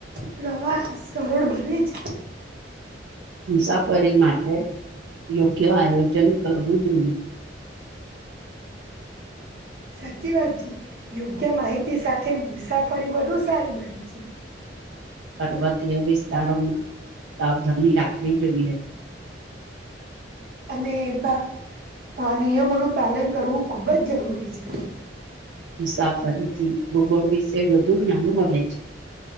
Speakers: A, on the right; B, on the right.
A: પ્રવાસ સરળ બને છે.
B: <inaudible> મુસાફરી માટે યોગ્ય આયોજન કરવું જોઈએ. <inaudible>
A: સાચી વાત છે યોગ્ય માહિતી સાથે મુસાફરી વધુ સારી બની છે.
B: પર્વતીય વિસ્તારોમાં સાવધાની રાખવી જોઈએ.
A: અને ભા આ નિયમોનું પાલન કરવું ખૂબ જ જરૂરી છે.
B: મુસાફરીથી ભૂગોળ વિશે વધુ જ્ઞાન મળે છે.